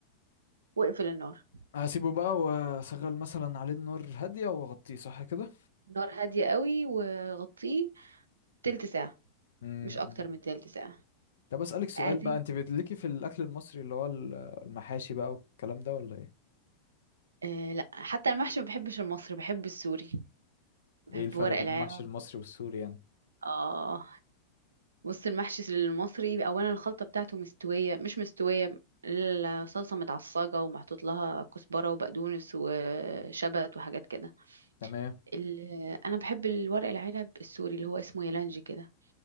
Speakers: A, on the right; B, on the left.
A: واقفل النار
B: هسيبه بقى واشغل مثلا عليه النار هاديه واغطيه صح كده
A: نار هاديه قوي وغطيه تلت ساعه
B: امم
A: مش اكتر من تلت ساعه
B: طب اسالك سؤال
A: قاعدين
B: بقى انت بتليكي في الاكل المصري اللي هو ال- المحاشي بقى والكلام ده ولا ايه
A: آه لا حتى المحشي ما بحبش المصري بحب السوري بحب
B: ايه الفرق
A: ورق
B: بين
A: العنب
B: المحشي المصري والسوري يعني
A: اه بص المحشي المصري اولا الخلطه بتاعته مستويه مش مستويه الصلصه متعصجه ومحطوط لها كزبره وبقدونس وشبت وحاجات كده
B: تمام
A: ال- انا بحب الورق العنب السوري اللي هو اسمه يلانجي كده